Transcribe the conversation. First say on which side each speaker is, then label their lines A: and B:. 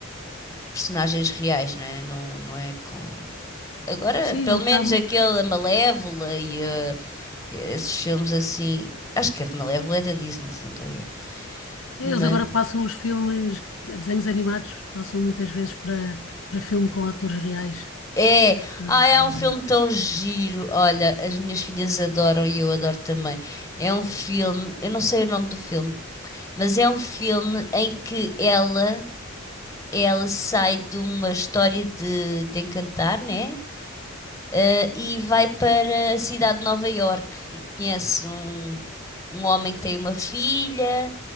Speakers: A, on the left (about 15°); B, on the left (about 75°).
A: personagens reais, não é? Não, não é com. Agora,
B: Sim,
A: pelo
B: eu acabo.
A: menos aquele a Malévola e eh, esses filmes assim. Acho que a Malévola é da Disney, se não estou a erro.
B: é,
A: Mas.
B: Eles agora passam os filmes, desenhos animados, passam muitas vezes para, para filme com atores reais.
A: É!
B: Para,
A: Ai,
B: eh,
A: é um filme tão giro. Olha, as minhas filhas adoram e eu adoro também. É um filme. Eu não sei o nome do filme. Mas é um filme em que ela, ela sai de uma história de, de Encantar, né? Eh, e vai para a cidade de Nova Iorque e conhece um, um homem que tem uma filha